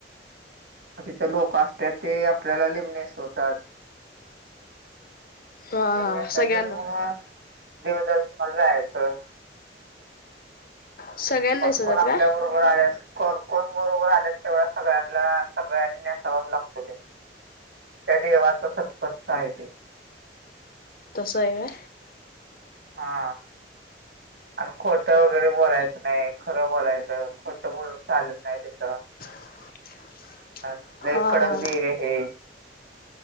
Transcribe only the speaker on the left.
हा हा
सगळ्यांना
सगळ्यांना नेसवतात
काय
तसय व्हय?
<inaudible>
हा
हा